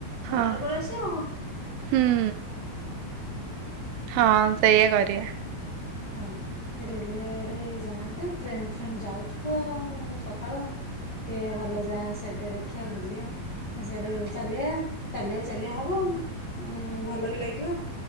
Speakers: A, on the left (about 35°); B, on the right (about 80°).
A: ଛଅଟାରେ
B: ହଁ
A: ପଳେଇ ଆସିିଆ ଆଉ କଁ?
B: ହୁଁ ହଁ ସେଇଆ କରିଆ।
A: ହଁ ସେ ରେଲୱେ ଆଡେ ଯାଆନ୍ତେ ଟ୍ରେନ ଫ୍ରେନ୍ ଯାଉଥିବ ସକାଳୁ ଟିକେ ଭଲ ଯାହା ସେଇଟି ଟିକେ ଦେଖିଆ ବୁଲିଆ, ସାଡେ ଚାଲିଆ, ଚାଲିଆକୁ ଚାଲିଆ ହବ ଉଁ ଭଲ ବି ଲାଗିବ।